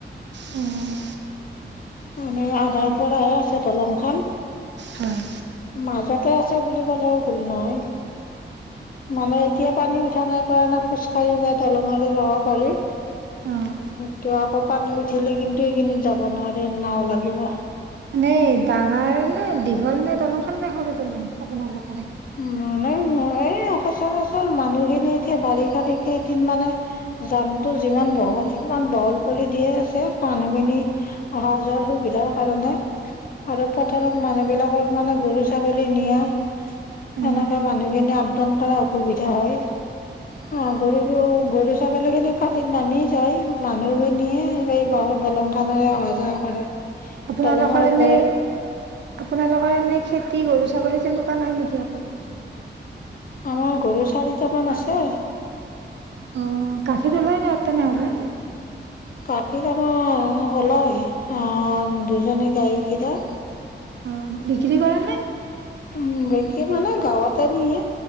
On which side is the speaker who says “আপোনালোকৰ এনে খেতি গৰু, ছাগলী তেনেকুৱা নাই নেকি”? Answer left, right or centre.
Right